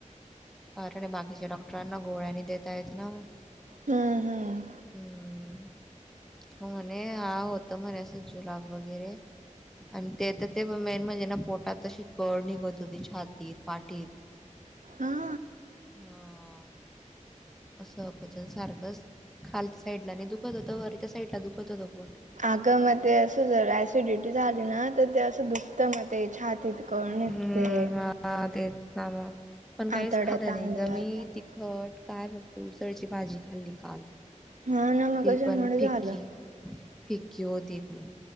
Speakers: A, in the centre; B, on the right (about 70°).
A: कारण बाकीच्या डॉक्टरांना गोळ्यानी दता आहेत ना.
B: हम्म हम्म
A: हम्म! हो म्हणे हा होत म्हणे असं जुलाब वगैरे. आणि ते तर ते मेन म्हणजे ना पोटात तशी कळ निघत होती छातीत पाठीत.
B: हम!
A: हा. असं अपचन सारखंच खालच्या साईड ला नाही दुखत होतं वरच्या साईडला दुखत होत बोट.
B: आगमध्ये असं जर ॲसिडिटी झाली ना तर ते असं दुप्त मते आहे छात <inaudible>
A: हम्म हा तेच ना मग पण काहीच
B: आतड्यात
A: खाल्लं
B: आणलं
A: नाही गं
B: जात
A: मी
B: मग
A: ते. ट काय फक्त उसळची भाजी खाल्ली काल.
B: हा ना. मग
A: ती
B: कशामुळे
A: पण फिक्की
B: झालं
A: फिक्की होती ती.